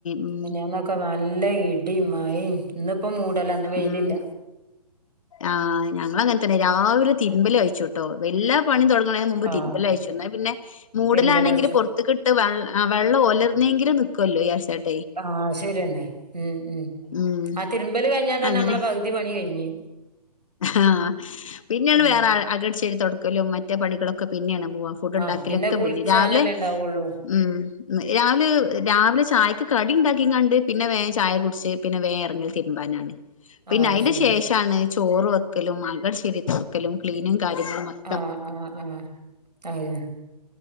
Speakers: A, on the left (about 50°); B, on the right (about 80°).
A: ഉം
B: മിനിഞ്ഞാന്നൊക്കെ ഇപ്പൊ നല്ല ഇടിം മഴേം ഇന്നിപ്പം മൂടലാ ഇന്ന് വെയിലില്ല
A: ഉം ആഹ് ഞങ്ങളങ്ങനെതന്നെ രാവിലെ തിരുമ്പല് കഴിച്ചുട്ടോ വല്ലാ പണി തൊടങ്ങണേന്റെ മുമ്പ്
B: ആഹ്
A: തിരുമ്പലൈച്ചും ഇന്നാ പിന്നെ മൂടലാണെങ്കില്
B: തിരുമ്പലയച്ചു
A: പൊറ ത്തിക്കിട്ട് വെ വെള്ളം ഒലർന്നെങ്കിലും നിക്കൊല്ലോ വിചാരിച്ചിട്ട്
B: ആഹ് അഹ്ശെരിയന്നെ ഉം ഉം
A: ഉം
B: ആഹ് തിരുമ്പല് കഴിഞ്ഞാ തന്നെ
A: അങ്ങനെ
B: അമ്മളെ പകുതി പണി കഴിഞ്ഞ്
A: ആഹ് പിന്നേണ്
B: ഉം
A: വേറെ അകം അടിച്ചുവാരി തൊടക്കലും മറ്റേ പണികളൊക്കെ പിന്നേണ് പോവാ ഫുഡ് ഇണ്ടാക്കലൊക്കെ
B: ആഹ് പിന്നെ കുളിച്ചാനല്ലേ
A: പുന്ന് രാവിലെ
B: ഇണ്ടാവുള്ളൂ
A: ഉം രാവിലെ രാവിലെ ചായക്ക് കടി ഇണ്ടാക്കിംകാണ്ട് പിന്നെ വേഗം ചായ കുടിച്ച് പിന്നെ വേഗം എറങ്ങല് തിരുമ്പാനാണ് പിന്നെ
B: ആഹ്
A: അയിന്റെ
B: ശരി
A: ശേഷാണ് ചോറ് വെക്കലും അകവടിച്ചുവാരി തൊടക്കലും ക്ലീനും കാര്യങ്ങളും മൊത്തം
B: ആഹ് ആഹ് ആഹ് അതയോ